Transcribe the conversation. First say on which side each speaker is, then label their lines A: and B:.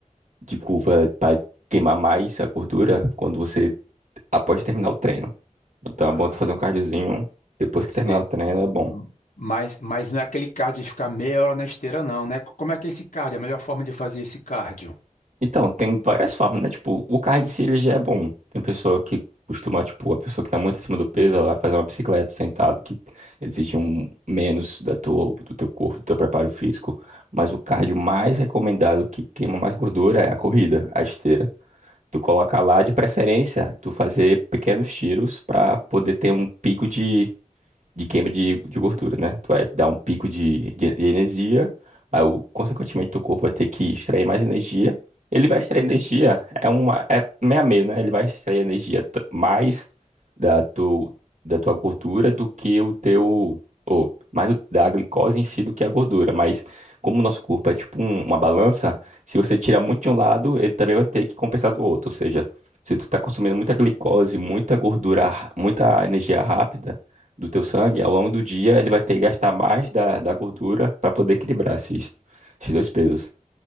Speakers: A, on the right (about 65°); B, on the left (about 75°).
A: de curva para queimar mais a gordura quando você após terminar o treino. Então
B: Ah,
A: é bom tu fazer um cardiozinho depois que
B: sei.
A: terminar o treino, é bom.
B: M- Mas, mas não é aquele cardio de ficar meia hora na esteira, não, né? Como é que é esse cardio? A melhor forma de fazer esse cardio?
A: Então, tem várias formas, né? Tipo, o cardio em si ele já é bom. Tem pessoa que costuma, tipo, a pessoa que tá muito acima do peso, ela vai fazer uma bicicleta sentado, que exige um menos da tua, do teu corpo, do teu preparo físico. Mas o cardio mais recomendado que queima mais gordura é a corrida, a esteira. Tu coloca lá de preferência, tu fazer pequenos tiros para poder ter um pico de, de queima de, de gordura, né? Tu vai dar um pico de, de energia, aí, o- consequentemente, teu corpo vai ter que extrair mais energia. Ele vai extrair energia, é uma, é meio a meio, né? Ele vai extrair energia t- mais da, tu, da tua gordura do que o teu, ou mais o- da glicose em si do que a gordura. Mas como o nosso corpo é tipo um- uma balança, se você tirar muito de um lado, ele também vai ter que compensar do outro. Ou seja, se tu tá consumindo muita glicose, muita gordura, ra- muita energia rápida, do teu sangue, ao longo do dia ele vai ter que gastar mais da, da gordura para poder equilibrar esses, esses dois pesos.